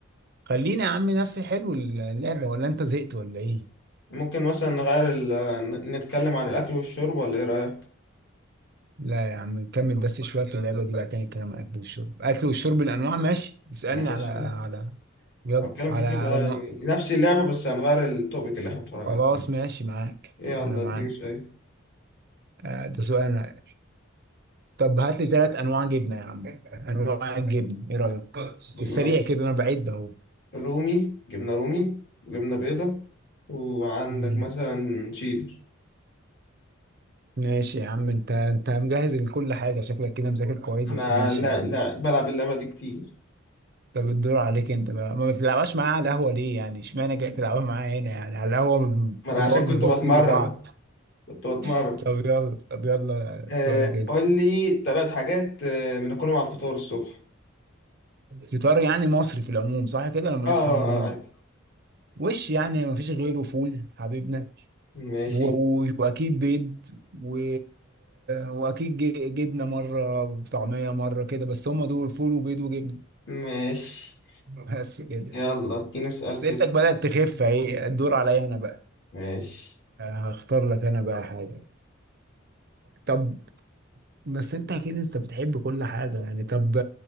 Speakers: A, on the right (about 50°); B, on the left (about 60°).
A: خلينا يا عم نفسي حلو اللعبة ولا انت زهقت ولا ايه
B: ممكن مثلا نغير ال... آه، ن- نتكلم عن الأكل والشرب ولا ايه رأيك
A: لا يا عم نكمل بس شوية في اللعبة دي بقى تاني كلام اكل والشرب اكل والشرب الانواع ماشي اسألني
B: ماشي
A: على على يلا
B: أنا بتكلم
A: على
B: في كده
A: على
B: آه،
A: نوع
B: يعني نفس اللعبة بس هنغير التوبيك اللي احنا بنتفرج
A: خلاص
B: عليه
A: ماشي معاك
B: يلا
A: انا معاك
B: اديني سؤال
A: آه، ده سؤال أنا. طب هات لي ثلاث انواع جبنه يا عم انواع <laughs> الجبن ايه رايك
B: ماشي
A: في السريع كده انا بعيد اهو
B: رومي جبنا رومي وجبنا بيضة وعندك
A: مم.
B: مثلا شيدر
A: ماشي يا عم انت انت مجهز لكل حاجه شكلك كده مذاكر كويس
B: انا
A: بس ماشي
B: لا
A: يا عم
B: لا بلعب اللعبة دي كتير
A: طب الدور عليك انت بقى ما بتلعبش معايا على القهوه ليه يعني اشمعنى جاي تلعبها معايا هنا يعني على القهوه بن-
B: ما
A: بنقعد
B: انا عشان كنت
A: مبصين
B: بتمرن
A: لبعض
B: كنت بتمرن
A: طب يلا طب يلا
B: آه
A: سؤالك كده
B: قول لي ثلاث حاجات آه بناكلهم على الفطار الصبح
A: فطار يعني مصري في العموم صح كده لما
B: اه آه،
A: نصحى من النوم
B: آه، عادي
A: وش يعني ما فيش غيره فول حبيبنا
B: ماشي
A: و- و- واكيد بيض و... واكيد ج- جبنه مره طعميه مره كده بس هم دول فول وبيض وجبنه
B: ماشي
A: بس كده
B: يلا اديني سؤال
A: بس
B: كده
A: انتك بدات تخف اهي الدور عليا انا بقى
B: ماشي
A: هختار لك انا بقى حاجه طب بس انت اكيد انت بتحب كل حاجه يعني طب